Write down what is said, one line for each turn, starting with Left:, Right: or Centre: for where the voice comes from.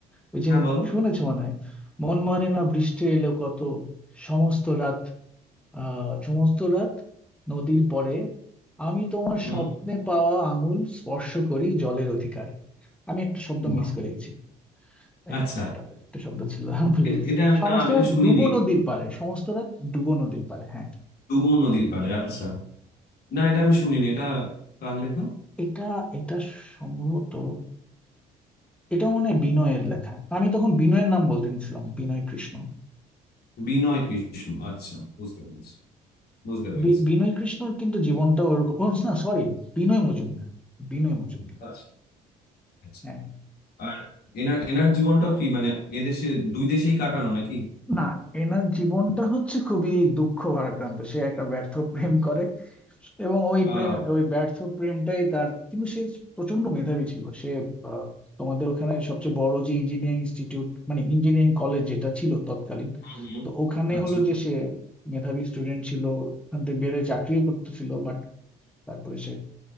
Centre: ওই যে
Left: হ্যাঁ বলো
Centre: শুনেছো মনে হয় মন মানে না বৃষ্টি এলো কত সমস্ত রাত আহ সমস্ত রাত নদীর পরে আমি তোমার
Left: হম
Centre: স্বপ্নে পাওয়া আঙুল স্পর্শ করি জলের অধিকারে আমি একটা শব্দ
Left: বাহ
Centre: মিস করে গেছি এখানে
Left: আচ্ছা
Centre: একটা একটা শব্দ ছিল <laughs> ভুলে
Left: এ-
Centre: গেছি
Left: এটা আমি-
Centre: সমস্ত
Left: না আমি এটা
Centre: রাত
Left: শুনিনি
Centre: ডুবো নদীর পারে সমস্ত রাত ডুবো নদীর পারে হ্যাঁ
Left: ডুমো নদীর পাড়ে আচ্ছা না এটা আমি শুনিনি এটা কার লেখা
Centre: এটা এটা সম্ভবত এটা মনে হয় বিনয়ের লেখা আমি তখন বিনয়ের নাম বলতে নিছিলাম বিনয় কৃষ্ণ
Left: বিনয় কৃষ্ণ আচ্ছা বুঝতে পেরেছি বুঝতে পেরেছি
Centre: বি- বিনয় কৃষ্ণর কিন্তু জীবনটা ওরকম ও না সরি বিনয় মজুমদার বিনয় মজুমদার
Left: আচ্ছা আচ্ছা।
Centre: হ্যাঁ
Left: আর এনার এনার জীবনটাও কি মানে এদেশে দুই দেশেই কাটানো নাকি
Centre: না এনার জীবনটা হচ্ছে খুবই দুঃখ ভারাক্রান্ত সে একটা ব্যর্থ প্রেম করে এবং ওই
Left: আহ
Centre: প্রেম ওই ব্যর্থ প্রেমটাই তার কিন্তু সে প্রচন্ড মেধাবী ছিল সে আহ, তোমাদের ওখানে সবচেয়ে বড় যে ইঞ্জিনিয়ারিং ইনস্টিটিউট মানে ইঞ্জিনিয়ারিং কলেজ যেটা ছিল তৎকালীন
Left: হুম, হুম।
Centre: তো ওখানে
Left: আচ্ছা
Centre: হলো যে সে মেধাবী স্টুডেন্ট ছিল ওখান থেকে বেরোয় চাকরিও করতেছিল বাট তারপরে সে